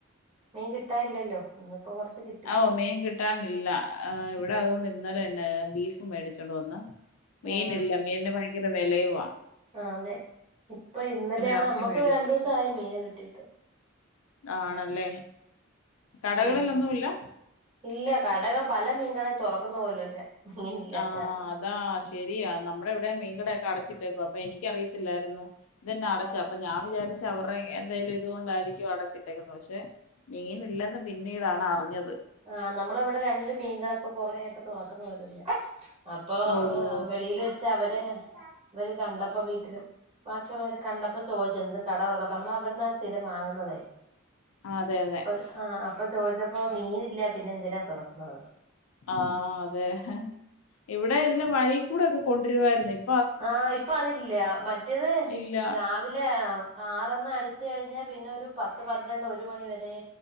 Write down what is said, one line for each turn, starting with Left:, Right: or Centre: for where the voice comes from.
Right: മീൻ കിട്ടാൻ യില്ലല്ലോ. ഇന്ന് പ്പോ കൊറച്ച് കി
Left: ഔഹ് മീൻ കിട്ടാനില്ല ഇവിടെ അതുകൊണ്ട് ഇന്നലെയെന്നെ ബീഫ് മേടിച്ചൊണ്ട് വന്ന്. മീനില്ല
Right: ആഹ്
Left: മീൻന് ഭയങ്കര വെലയുവാ.
Right: ആഹ് അതെ. ഇപ്പൊ ഇന്നലെ ആഹ്
Left: ഇറച്ചി
Right: നമ്മക്ക്
Left: മേടിച്ച്
Right: രണ്ടൂസായി മീന് കിട്ടീട്ട്.
Left: ആണല്ലേ. കടകളിലൊന്നു
Right: ഉം
Left: ഇല്ല?
Right: ഇല്ല കടക പല മീൻകടയും തൊറക്കുന്നു പോലും ഇല്ല. മീനില്ലാത്ത
Left: ആഹ്
Right: കാരണം
Left: അതാ ശരിയാ നമ്മുടെ ഇവിടേം മീൻകടെയൊക്കെ അടച്ചിട്ടേക്കുവാ. അപ്പൊ എനിക്കറിയത്തില്ലായിരുന്നു ഇതെന്നാ അടച്ചേ
Right: ആഹ്
Left: അപ്പൊ ഞാൻ വിചാരിച്ച് അവർടെ എന്തേലും ഇതുകൊണ്ടായിരിക്കും അടച്ചിട്ടേക്കുന്നെ. പക്ഷെ മീനില്ലെന്ന് പിന്നീടാണ് അറിഞ്ഞത്.
Right: ആഹ് നമ്മളെവെടെ രണ്ട് മീൻ കട ഇപ്പ കൊറെ ആയിട്ട് തൊറക്കുന്ന പോലുല്ല. അപ്പൊ
Left: ഓഹോ
Right: വെളിയിൽ വെച്ച് അവരെ ഇവര് കണ്ടപ്പോ വീട്ടില് ബാക്കിയുള്ളവര് കണ്ടപ്പോ ചോദിച്ച് എന്ത കട തൊറക്കാത്തെ നമ്മള് അവ്ര്ന്നാ സ്ഥിരം വാങ്ങുന്നതേ.
Left: അതെ അതെ
Right: അപ് ആഹ് അപ്പൊ ചോദിച്ചപ്പോ മീനില്ല പിന്നെ എന്തിനാ തൊറക്ക്ന്നതെന്ന്.
Left: ആഹ് അതെ ഇവിടെ ഇതിന്റെ വഴി കൂടെ ഒക്കെ കൊണ്ട്രുവായിരുന്നു. ഇ
Right: ആഹ് ഇപ്പൊ അതില്ല. മറ്റെത്
Left: ഇല്ല
Right: രാവിലെ ആറ്ന്ന് അടിച്ച് കഴിഞ്ഞാ പിന്നെ ഒരു പത്ത് പന്ത്രണ്ട് ഒരു മണി വരെ.